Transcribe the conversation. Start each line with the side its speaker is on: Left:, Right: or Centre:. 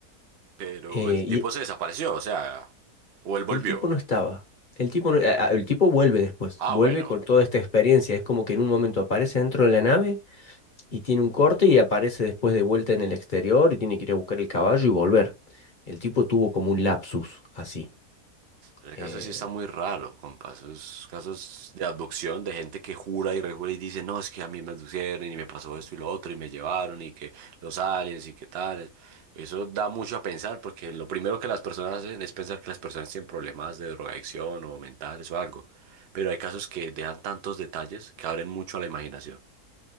Right: Pero
Left: Eh,
Right: el tipo
Left: y
Right: se desapareció, o sea, o él volvió.
Left: el tipo no estaba. El tipo, no- a- a- el tipo vuelve después,
Right: Ah,
Left: vuelve
Right: bueno.
Left: con toda esta experiencia. Es como que en un momento aparece dentro de la nave y tiene un corte y aparece después de vuelta en el exterior y tiene que ir a buscar el caballo y volver. El tipo tuvo como un lapsus así.
Right: Ese
Left: Eh,
Right: caso sí está muy raro, compa. Esos casos de abducción de gente que jura y rejura y dice, no, es que a mí me abducieron y me pasó esto y lo otro y me llevaron y que los aliens y que tal. Eso da mucho a pensar porque lo primero que las personas hacen es pensar que las personas tienen problemas de drogadicción o mentales o algo. Pero hay casos que dejan tantos detalles que abren mucho a la imaginación. Claro.